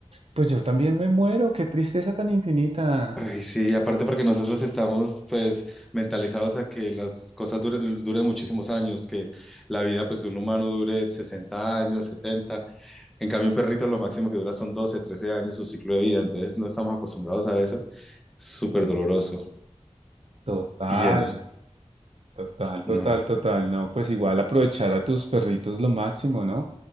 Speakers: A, on the right; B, in the centre.
A: pues yo también me muero. Qué tristeza tan infinita.
B: Ay, sí, aparte porque nosotros estamos pues mentalizados a que las cosas duren, duren muchísimos años, que la vida pues de un humano dure 60 años, 70. en cambio un perrito lo máximo que dura son 12, 13 años su ciclo de vida, entonces no estamos acostumbrados a eso, súper doloroso,
A: Total,
B: pienso,
A: total, total,
B: no,
A: total. No, pues igual aprovechar a tus perritos lo máximo, ¿no?